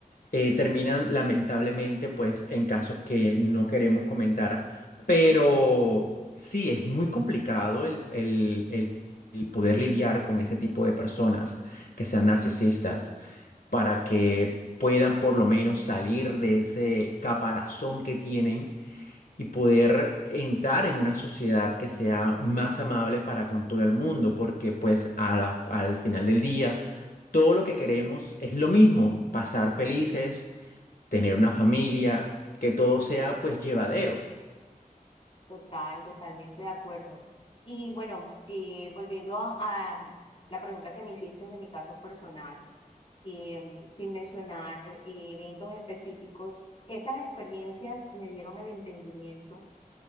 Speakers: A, on the left; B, on the left.
A: eh, terminan lamentablemente pues en casos que no queremos comentar, pero sí, es muy complicado el, el, el- el poder lidiar con ese tipo de personas que sean narcisistas para que puedan por lo menos salir de ese caparazón que tienen y poder entrar en una sociedad que sea más amable para con todo el mundo, porque pues a la- al final del día todo lo que queremos es lo mismo, pasar felices, tener una familia, que todo sea pues llevadero.
B: Total, totalmente de acuerdo. Y bueno, eh, volviendo a, a la pregunta que me hiciste de mi caso personal, eh, sin mencionar eh, eventos específicos, estas experiencias me dieron el entendimiento